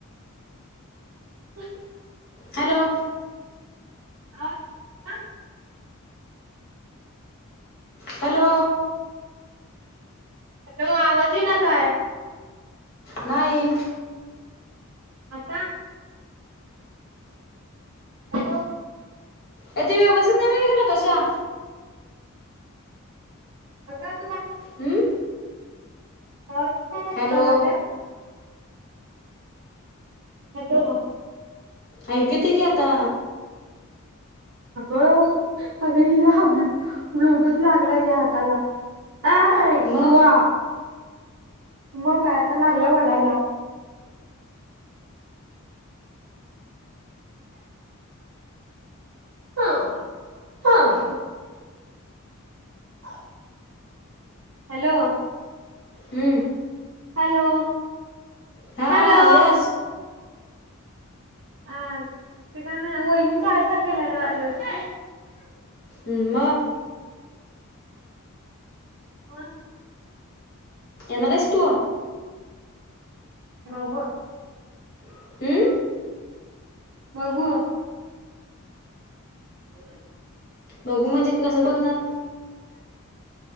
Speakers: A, on the right; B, on the left.
A: <inaudible>
B: हॅलो.
A: आवाज <unintelligible>
B: हॅलो.
A: हॅलो आवाज इना काय?
B: नाई.
A: आता हॅलो.
B: ये ते व्यवस्थित नाई वय ग नताशा?
A: अगग
B: अं.
A: आवाज येईना का
B: हॅलो.
A: तुला माझा? हॅलो.
B: ऐकू येतय की आता
A: अग अग हिला हब्लू ब्लूटूथ लागला हिच्या हाताला. अय
B: मग
A: दुवा म काय आता लागल्या वडायला. हं हं. हा हॅलो.
B: हं.
A: हॅलो.
B: हा
A: हॅलो.
B: यस
A: ह ते का नाय वहीनिंचीं आठ तारखेला हाय नव एनिवर्सरी?
B: म.
A: म.
B: एनार हाइस तू?
A: बघू.
B: हं?
A: बघू. हम
B: बघू म्हणजे कसं बघणार?